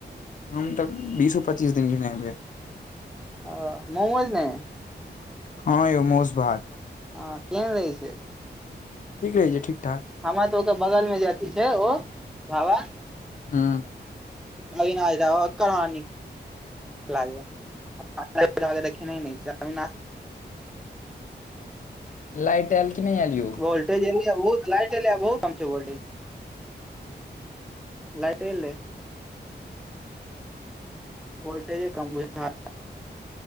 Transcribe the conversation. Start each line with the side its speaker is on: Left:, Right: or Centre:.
Left: हम तक बीसो पच्चीस दिन खेने हेबै।
Centre: हं मोमोज नै।
Left: हँ यौ मौस भात।
Centre: हँ केहन रहै छै।
Left: ठीक रहै छै ठीक ठाक।
Centre: हमरा तऽ ओकर बगल मे जे अथि छै ओ ढाबा
Left: हुं।
Centre: अविनाश ढाबा ओकर हमरा नीक लगैयै <unintelligible> खेने नहि छियै अविनाश
Left: लाइट आयल कि नहि आयल यौ।
Centre: वोल्टेजे एलैए बहुत लाइट एलैए बहुत कम छै वोल्टेज। लाइट एलै। वोल्टेजे कम बुझैये।